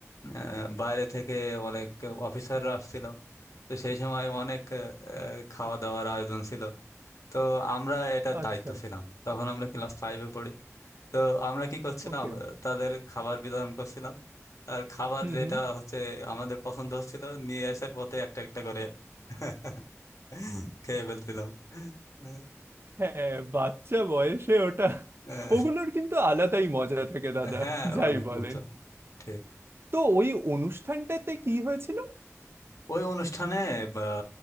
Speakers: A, on the left (about 80°); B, on the right (about 50°).
A: আহ, বাইরে থেকে অনেক অফিসাররা আসছিল তো সেই সময় অনেক আহ, খাওয়া দাওয়ার আয়োজন ছিল তো আমরা এটার
B: আচ্ছা
A: দায়িত্ব ছিলাম তখন আমরা ক্লাস ফাইভে পড়ি তো আমরা কি করছিলাম
B: ওকে
A: আহ, তাদের খাবার বিতরণ করছিলাম আর খাবার
B: হুম
A: যেটা
B: হুম
A: হচ্ছে আমাদের পছন্দ হচ্ছিল নিয়ে আসার পথে একটা একটা করে <laughs> খেয়ে ফেলছিলাম আহ,
B: হ্যাঁ বাচ্চা বয়সে ওটা
A: আহ,
B: ওগুলোর কিন্তু আলাদাই মজা থাকে দাদা
A: হ্যাঁ
B: যাই
A: অনেক
B: বলেন
A: মজা ঠিক
B: তো ওই অনুষ্ঠানটাতে কি হয়েছিল
A: ওই অনুষ্ঠানে আহ,